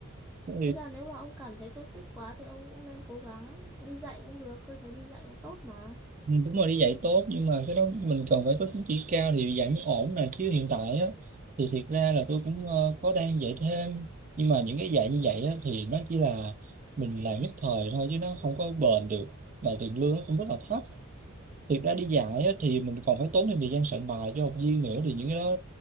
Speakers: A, on the right; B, in the centre.
A: Ừ.
B: Thế là nếu mà ông cảm thấy tôi xích quá thì ông cũng nên cố gắng đi dạy cũng được, tôi thấy đi dạy cũng tốt mà.
A: Ừ, đúng rồi đi dạy tốt nhưng mà cái đó mình cần phải có chứng chỉ cao thì dạy mới ổn nè chứ hiện tại á thì thiệt ra là tôi cũng ờ, có đang dạy thêm nhưng mà những cái dạy như vậy á thì nó chỉ là mình làm nhất thời thôi chứ nó không có bền được và tiền lương nó cũng rất là thấp thiệt ra đi dạy á, thì mình còn phải tốn thêm thời gian soạn bài cho học viên nữa thì những cái đó